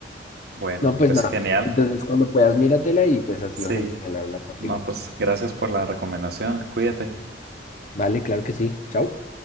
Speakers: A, on the right; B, on the left.
A: Bueno,
B: No, pues
A: pues
B: nada,
A: genial.
B: entonces cuando puedas míratela y pues ha sido
A: Sí.
B: genial hablar contigo.
A: No, pues gracias por la recomendación. Cuídate.
B: Vale, claro que sí, chao.